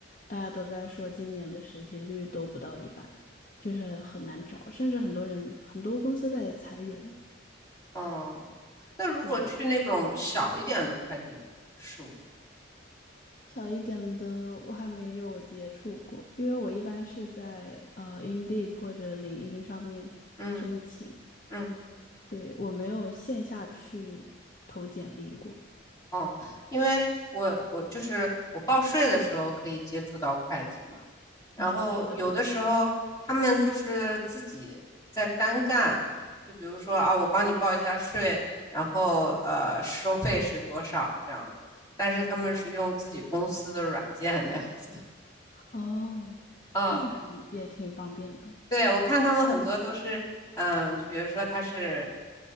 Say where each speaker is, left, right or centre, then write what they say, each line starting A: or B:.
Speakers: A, on the left; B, on the left.
A: 大家都在说今年的实习率都不到一半，就是很难找，甚至很多人很多公司在裁员。
B: 哦，那如果去那种小一点的会计事务所，
A: 是的，小一点的我还没有接触过，因为我一般是在呃 Indeed 或者领英上面申请，
B: 嗯嗯，
A: 对，我没有线下去投简历过。
B: 哦，因为我我就是我报税的时候可以接触到会计嘛，然后有的时候他们就是自己在单干，
A: 哦，是的，是的，
B: 就比如说啊，我帮你报一下税，然后呃，收费是多少这样子，但是他们是用自己公司的软件那样子
A: 哦，
B: 啊，
A: 这种也挺方便的。
B: 对，我看他们很多都是，嗯，就比如说他是